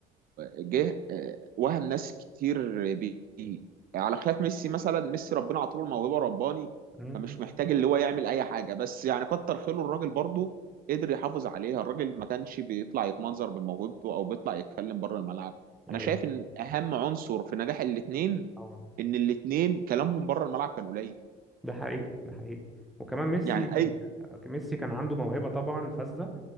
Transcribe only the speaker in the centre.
مم.
ايوه
اه
ده حقيقي ده حقيقي وكمان ميسي
ميسي كان عنده موهبة طبعا فذة